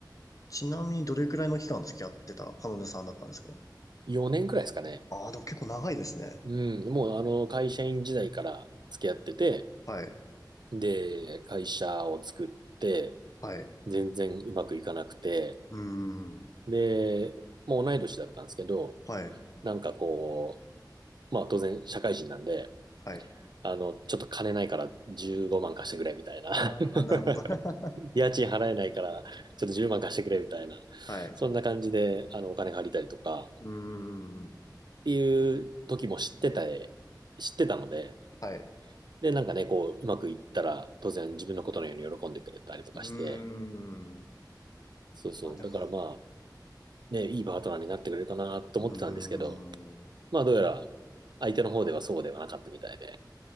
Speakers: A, on the left; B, on the right.
A: ちなみにどれくらいの期間付き合ってた彼女さんだったんですか
B: 4年くらいですかね。
A: ああー、でも結構長いですね。
B: うん、もうあの会社員時代から付き合ってて、
A: はい。
B: で、会社を作って、
A: はい。
B: 全然うまくいかなくて、
A: うーん。
B: で、もう同い年だったんですけど、
A: はい。
B: なんかこう、まあ当然社会人なんで、
A: はい。
B: あの、ちょっと金ないから15万貸してくれみたいな。
A: ああ、なるほど。<laughs>
B: <laughs> 家賃払えないからちょっと10万貸してくれみたいな。
A: はい。
B: そんな感じで、あの、お金借りたりとかっ
A: うーん。
B: ていう時も知ってた、知ってたので、
A: はい。う
B: で、なんかね、こう、うまくいったら当然自分のことのように喜んでくれたりとかして、
A: ーん。
B: そうそう。
A: まあでも、
B: だからまあ、ね、いいパートナーになってくれるかなと思ってたんですけど、
A: うーん。
B: まあどうやら相手の方ではそうではなかったみたいで。